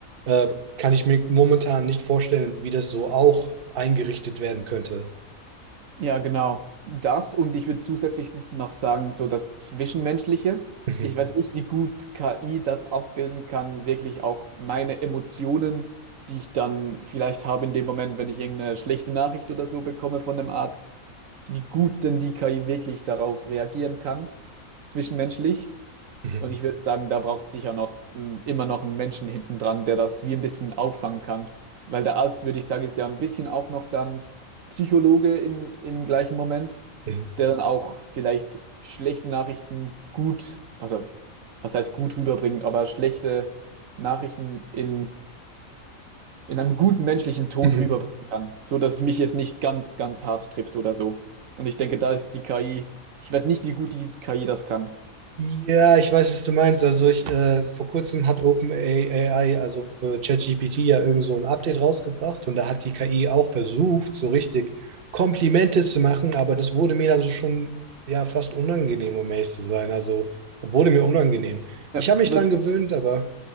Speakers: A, on the right; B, on the right.
A: äh, kann ich mir momentan nicht vorstellen, wie das so auch eingerichtet werden könnte.
B: Ja, genau. Das und ich würde zusätzlich sonst noch sagen, so das Zwischenmenschliche.
A: <laughs> Mhm,
B: Ich weiß nicht, wie gut KI das abbilden kann, wirklich auch meine Emotionen, die ich dann vielleicht habe in dem Moment, wenn ich irgendeine schlechte Nachricht oder so bekomme von einem Arzt, wie gut denn die KI wirklich darauf reagieren kann, zwischenmenschlich.
A: mhm,
B: Und ich würde sagen, da braucht es sicher noch mm, immer noch einen Menschen hinten dran, der das wie ein bisschen auffangen kann. Weil der Arzt, würde ich sagen, ist ja ein bisschen auch noch dann Psychologe im, im gleichen Moment
A: mhm,
B: der dann auch vielleicht schlechte Nachrichten gut, also was heißt gut rüberbringen, aber schlechte Nachrichten in, in einem guten menschlichen Ton
A: mhm.
B: rüberbringen kann, so dass es mich jetzt nicht ganz, ganz hart trifft oder so. Und ich denke, da ist die KI, ich weiß nicht, wie gut die KI das kann.
A: Ja, ich weiß, was du meinst. Also ich, äh, vor kurzem hat OpenAI, also für ChatGPT ja irgend so ein Update rausgebracht und da hat die KI auch versucht, so richtig Komplimente zu machen, aber das wurde mir dann so schon ja fast unangenehm, um ehrlich zu sein. Also wurde mir unangenehm.
B: Ja,
A: Ich habe mich
B: was,
A: dran gewöhnt, aber